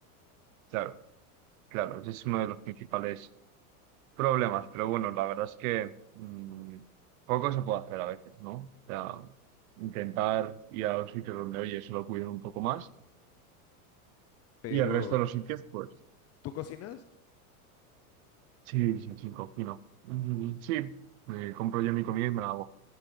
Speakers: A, on the right; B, on the left.
A: Claro, claro, ese es uno de los principales problemas. Pero bueno, la verdad es que mm, poco se puede hacer a veces, ¿no? O sea, intentar ir a los sitios donde, oye, se lo cuiden un poco más.
B: Pero
A: Y el resto de los sitios, pues,
B: tú cocinas
A: sí, sí, sí, cocino. Mm, sí, me compro yo mi comida y me la hago.